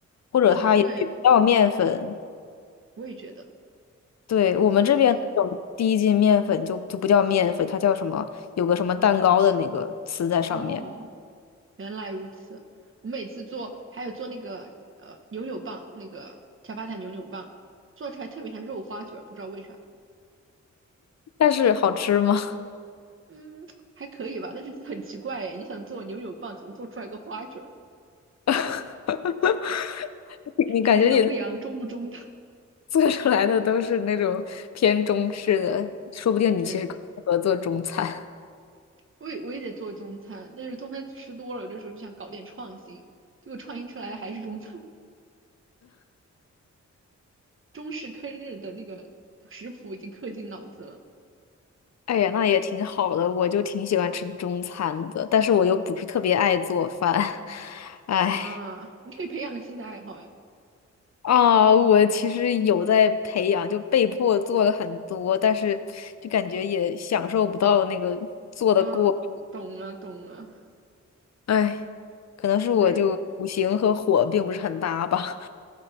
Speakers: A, on the left; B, on the right.
A: 或者它也不叫面粉。
B: 哦，对，我也觉得，
A: 对，我们这边那种低筋面粉就就不叫面粉，
B: 真的是。
A: 它叫什么？有个什么蛋糕的那个词在上面，
B: 哦，原来如此。我每次做，还有做那个呃扭扭棒，那个恰巴塔扭扭棒，做出来特别像肉花卷儿不知道为啥。
A: 但是好吃吗？
B: 嗯，还可以吧，但是很奇怪哎，你想做扭扭棒，怎么做出来个花卷儿
A: <laughs> 你感觉你
B: 什么洋不洋，中不中的？
A: 做出来的都是那种偏中式的，说不定你其实更适合做中餐。
B: <laughs> 对。我也我也得做中餐，但是中餐吃多了，有的时候就想搞点创新，结果创新出来还是中餐，中式坑日的那个食谱已经刻进脑子了
A: 哎呀，那也挺好的，我就挺喜欢吃中餐的，但是我又不是特别爱做饭。<laughs> 哎，
B: 啊！你可以培养个新的爱好呀
A: 啊，我其实有在培养，就被迫做了很多，但是就感觉也享受不到那个做的过程。
B: 啊！懂了懂了，
A: 哎，可能是我就五行和火并不是很搭吧。
B: 可是